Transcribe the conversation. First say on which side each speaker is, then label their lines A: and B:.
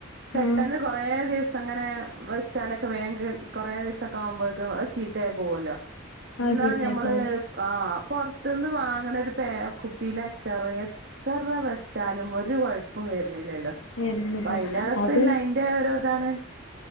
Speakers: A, on the right; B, on the left.
A: പെട്ടന്ന്
B: ആഹ്
A: കൊറേ ദെവസം ഇങ്ങ വെച്ചാലക്ക വേങ്ക് കൊറെ ദിവസൊക്ക ആവുമ്പോക്കും ചീത്തയായി പോവോല്ലോ
B: ആഹ്
A: എന്നാ
B: ചീത്തയായി
A: ഞമ്മള്
B: പോവും
A: ആഹ് പൊറത്ത്ന്ന് വാങ്ങണ ഒരു പേ കുപ്പീല അച്ചാറെ എത്തറ വെച്ചാലും ഒര് കൊഴപ്പോം വരണില്ലല്ലോ
B: വരുന്നില്ല
A: പ്പ അയിന്കത്ത്ല്ല
B: അത്
A: അയിന്റ ഓരോ ഇതാണ്